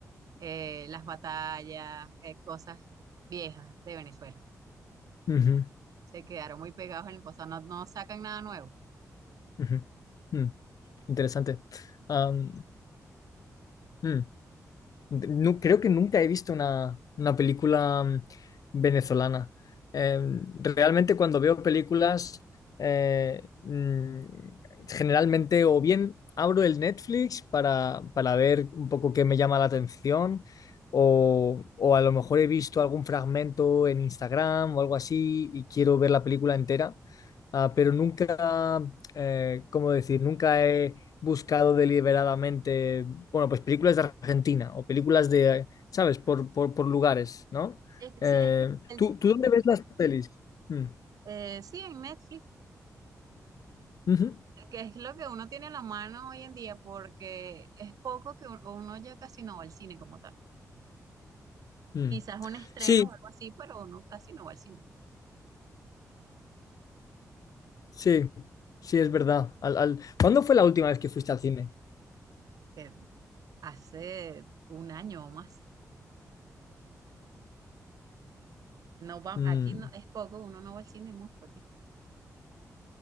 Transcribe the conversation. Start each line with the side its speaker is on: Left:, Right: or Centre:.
Right: eh, las batallas, eh, cosas viejas de Venezuela.
Left: ujú,
Right: Se quedaron muy pegados en el pasado, no, no sacan nada nuevo.
Left: ujú, mm, interesante. Am, mm. no creo que nunca he visto una, una película mm, venezolana. Eh, realmente cuando veo películas, eh, mm, generalmente o bien abro el Netflix para, para ver un poco qué me llama la atención, o, o a lo mejor he visto algún fragmento en Instagram o algo así y quiero ver la película entera. Ah, pero nunca, eh, ¿cómo decir? Nunca he buscado deliberadamente bueno, pues películas de Argentina o películas de, ¿sabes? Por, por, por lugares, ¿no?
Right: Es, que-
Left: Eh,
Right: sí, es que el-
Left: ¿tú, tú dónde ves las pelis? Mm,
Right: eh, sí, en Netflix,
Left: ujú,
Right: eh, que es lo que uno tiene en la mano hoy en día, porque es poco que u- uno ya casi no va al cine como tal.
Left: mm.
Right: Quizás un estreno
Left: Sí,
Right: o algo así, pero uno casi no va al cine.
Left: sí, sí, es verdad. Al, al- ¿Cuándo fue la última vez que fuiste al cine?
Right: Eh, hace un año o más. No va,
Left: Mm,
Right: aquí no, es poco, uno no va al cine mucho aquí.